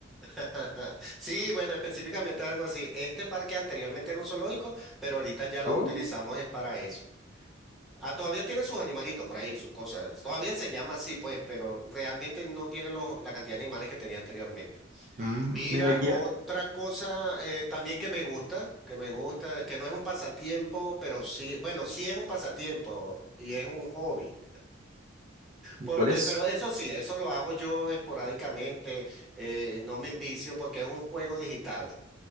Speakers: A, in the centre; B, on the right (about 40°).
A: <laughs> Sí, bueno, específicamente algo así. Este parque anteriormente era un zoológico, pero ahorita ya lo
B: Oh,
A: utilizamos es para eso. Ah, todavía tiene sus animalitos por ahí, sus cosas. Todavía se llama así, pues, pero realmente no tiene los, la cantidad de animales que tenía anteriormente.
B: mm,
A: Mira,
B: mira aquí,
A: otra cosa eh, también que me gusta, que me gusta, que no es un pasatiempo, pero sí, bueno, sí es un pasatiempo y es un hobby. Porque,
B: ¿cuál es?
A: pero eso sí, eso lo hago yo esporádicamente, eh, no me envicio porque es un juego digital.